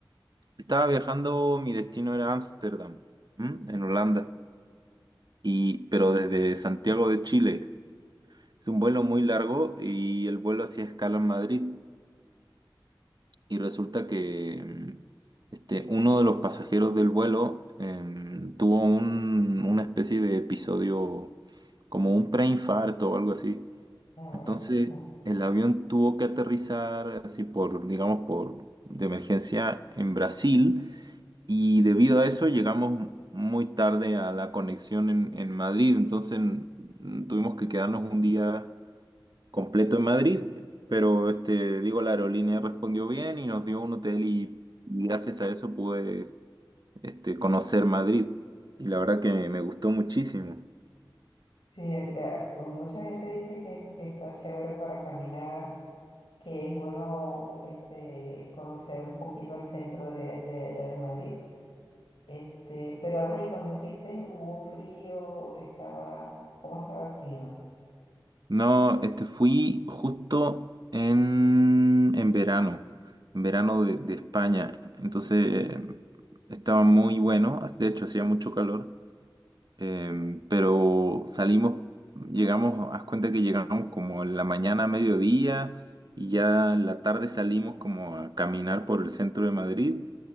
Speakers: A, on the right (about 55°); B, on the left (about 85°).
A: estaba viajando, mi destino era Ámsterdam, ¿m? en Holanda, y, pero desde Santiago de Chile. Es un vuelo muy largo y el vuelo hacía escala en Madrid. Y resulta que mm, este, uno de los pasajeros del vuelo em, tuvo un- una especie de episodio como un preinfarto o algo así.
B: Ahora,
A: Entonces
B: ujú.
A: el avión tuvo que aterrizar así por, digamos, por de emergencia en Brasil. Y debido a eso llegamos muy tarde a la conexión en, en Madrid. Entonces mm, tuvimos que quedarnos un día completo en Madrid, pero este, digo, la aerolínea respondió bien y nos dio un hotel y, y gracias a eso pude este, conocer Madrid. Y la verdad que me, me gustó muchísimo.
B: Sí, eh, eh, mucha gente dice que es- está chévere para caminar, que es bueno este, conocer un poquito el centro de, de allá de Madrid. Este, pero ay, cuando fuiste hubo frío, estaba, ¿cómo estaba el clima?
A: No, este, fui justo en, en verano, en verano de, de España. Entonces eh, estaba muy bueno, de hecho hacía mucho calor. Em, pero salimos, llegamos, haz cuenta que llegamos como en la mañana a mediodía y ya en la tarde salimos como a caminar por el centro de Madrid.